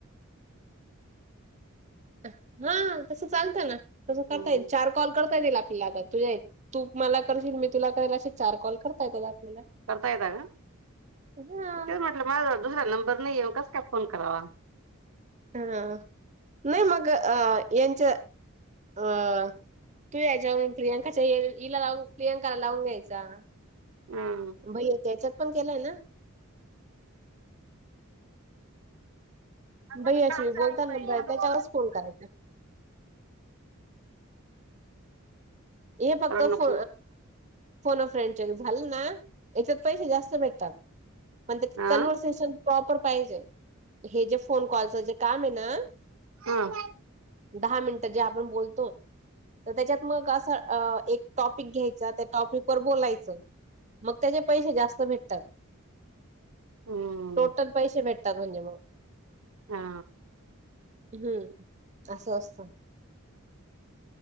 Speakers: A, on the right; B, on the right.
A: हा तसं चालतंय ना तसं करता
B: हम्म
A: येईल चार कॉल करता येतील आपल्याला आता. तुझ्या तू मला करशील मी तुला करेल असे चार कॉल करता येतात आपल्याला.
B: करता येतात का
A: हा
B: तेच म्हटलं माझ्याजवळ दुसरा नंबर नाही मग कसा काय फोन करावा.
A: हा नाही मग अ यांच्या अ तू याच्या वरूण प्रियांकाच्या हिला लावून प्रियांकाला लावून घ्यायचा.
B: हम्म
A: भैय्याच्या याच्यात पण केलाय ना.
B: आम्हाला
A: भैय्या
B: काम
A: शी
B: चालू
A: बोलताना
B: आहे बाई हॅलो.
A: त्याच्यावरच फोन करायचा. हे फक्त
B: रडू
A: फो
B: नको
A: अ फ्रेंड हे झालं ना याच्यात पैसे जास्त भेटतात पण त्याच्यात
B: आ
A: कन्वरर्सेशन प्रॉपर पाहिजे हे जे फोन कॉलच जे काम हाय ना
B: हा
A: दहा मिनिटं जे आपण बोलतो तर त्याच्यात मग असं एक टॉपिक घ्यायचा त्या टॉपिक वर बोलायचं मग त्याचे पैसे जास्त भेटतात.
B: हम्म
A: टोटल पैसे भेटतात म्हणजे मग
B: हा
A: हम्म असं असतं.